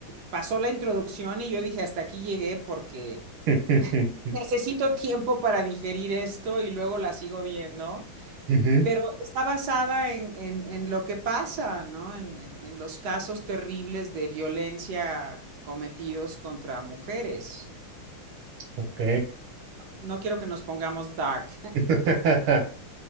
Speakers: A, on the right; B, on the right.
A: pasó la introducción y yo dije, hasta aquí llegué porque
B: <laughs>
A: necesito tiempo para digerir esto y luego la sigo viendo
B: Ujú,
A: pero está basada en, en- en lo que pasa, ¿no? En, en- en los casos terribles de violencia cometidos contra mujeres.
B: Ok.
A: No quiero que nos pongamos dark.
B: <laughs>